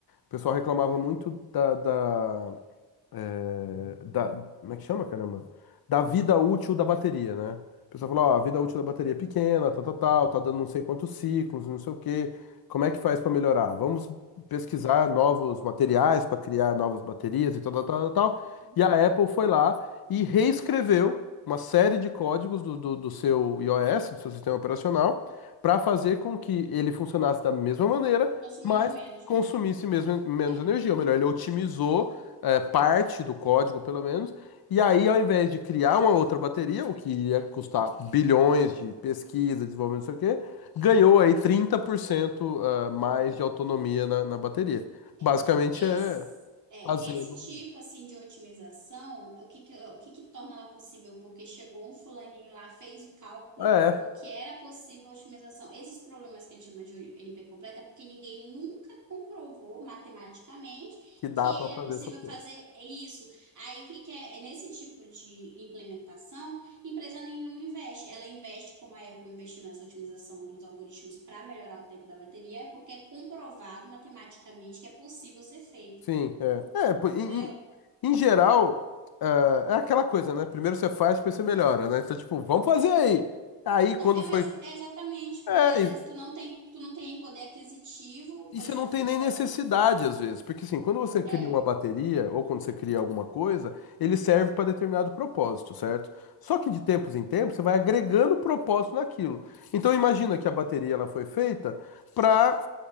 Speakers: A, on the left; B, on the right.
A: pessoal reclamava muito da, da é, da, como é que chama, caramba? Da vida útil da bateria, né? O pessoal fala, ó, a vida útil da bateria é pequena, tal, tal, tal, tá dando não sei quantos ciclos, não sei o quê. Como é que faz para melhorar? Vamos pesquisar
B: Uhum.
A: novos materiais para criar novas baterias e tal,
B: Ó,
A: tal, tal, tal. tal.
B: uhum.
A: E a Apple foi lá e reescreveu uma série de códigos do, do, do seu iOS, do seu sistema operacional, para fazer com que ele funcionasse da mesma maneira,
B: Consumindo
A: mas
B: menos, né?
A: consumisse mesmo, menos
B: É.
A: energia. Ou melhor, ele otimizou é, parte do código, pelo menos. E aí, ao invés de criar uma outra bateria, o que ia custar bilhões de pesquisa, desenvolvimento, não sei o quê, ganhou aí 30% ah, mais
B: Uhum.
A: de autonomia na, na bateria.
B: É,
A: Basicamente é
B: esse, é,
A: fazendo.
B: esse tipo assim de otimização, o que que, o que que torna ela possível? Porque chegou um fulaninho lá, fez o cálculo
A: É,
B: e provou que era possível a otimização. Esses problemas que a gente chama de NP completa, é porque ninguém nunca comprovou matematicamente
A: que dá
B: que ele
A: pra fazer
B: é possível
A: essa porra.
B: fazer isso. Aí o que que é, é nesse tipo de implementação Empresa nenhuma investe. Ela investe, como a Apple investiu nessa otimização dos algoritmos para melhorar o tempo da bateria, é porque é comprovado matematicamente que é possível ser feito.
A: Sim, é. É, pô, em,
B: Entendeu?
A: em- em geral, ah, é aquela coisa, né? Primeiro você faz, depois você melhora, né? Então, tipo, vamos fazer aí. Aí, quando
B: Não, é,
A: foi.
B: mas é exatamente, porque
A: É,
B: às vezes tu não tem, tu não tem poder aquisitivo, por
A: E você
B: exemplo,
A: não tem
B: tu não
A: nem
B: pode.
A: necessidade,
B: Tu,
A: às vezes, porque assim, quando você cria
B: é.
A: uma bateria ou quando você cria alguma coisa, ele serve para determinado propósito, certo? Só que de tempos em tempos você vai agregando propósito naquilo. Então imagina que a bateria ela foi feita para,